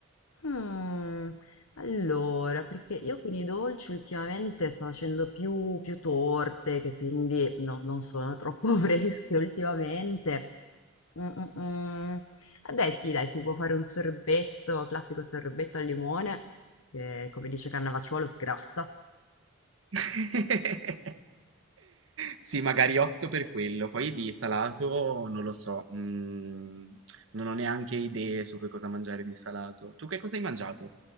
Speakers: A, on the left; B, on the right.
A: Mm, allora, perché io con i dolci ultimamente sto facendo più, più torte, che quindi no, non sono troppo <laughs> fresche ultimamente. Mm, mm, mm. Eh beh, sì, dai, si può fare un sorbetto, classico sorbetto al limone, che come dice Cannavacciuolo sgrassa.
B: <laughs> Sì, magari opto per quello. Poi di salato non lo so, mm, non ho neanche idee su che cosa mangiare di salato. Tu che cosa hai mangiato?